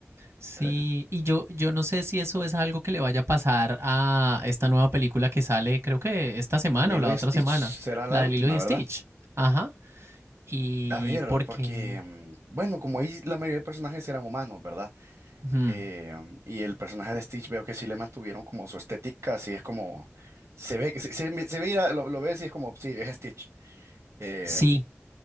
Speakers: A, on the right; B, on the right.
A: Sí,
B: Eh,
A: y yo, yo no sé si eso es algo que le vaya a pasar a esta nueva película que sale, creo que esta semana
B: Lilo
A: o la
B: y
A: otra
B: Stitch
A: semana,
B: será
A: la
B: la
A: de
B: última,
A: Lilo y
B: ¿verdad?
A: Stitch. Ajá. Y
B: A ver,
A: porque...
B: porque, mm, bueno, como ahí la mayoría de personajes eran humanos, ¿verdad?
A: Ujú.
B: Eh, um, y el personaje de Stitch veo que sí le mantuvieron como su estética, así es como se ve, se, se, se ve, ir a- lo, lo ves y es como, sí, es Stitch. Eh,
A: Sí,